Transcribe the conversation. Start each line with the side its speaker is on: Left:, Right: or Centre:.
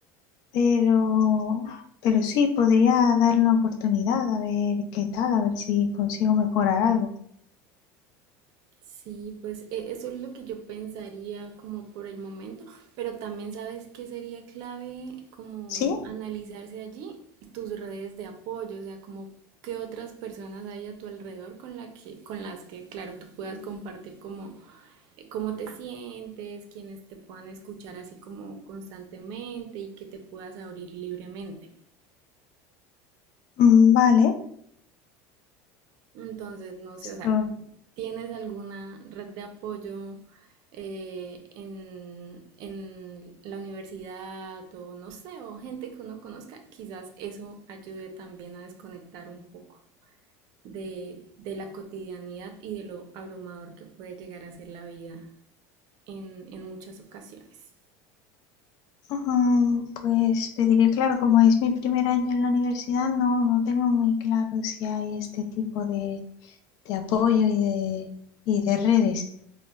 Left: pero, pero sí, podría dar una oportunidad a ver qué tal, a ver si consigo mejorar algo.
Right: sí, pues e- eso es lo que yo pensaría como por el momento, pero también sabes que sería clave como
Left: ¿Sí?
Right: analizarse allí tus redes de apoyo, o sea, como qué otras personas hay a tu alrededor con la que, con las que, claro, tú puedas compartir como eh, cómo te sientes, quienes te puedan escuchar así como constantemente y que te puedas abrir libremente.
Left: Mm, Vale.
Right: Entonces, no
Left: Esto,
Right: sé, o sea, ¿tienes alguna red de apoyo eh, en, en la universidad o no sé, o gente que uno conozca? Quizás eso ayude también a desconectar un poco de, de la cotidianidad y de lo abrumador que puede llegar a ser la vida en, en muchas ocasiones.
Left: mm, pues pediré, claro, como es mi primer año en la universidad, no, no tengo muy claro si hay este tipo de, de apoyo y de, y de redes.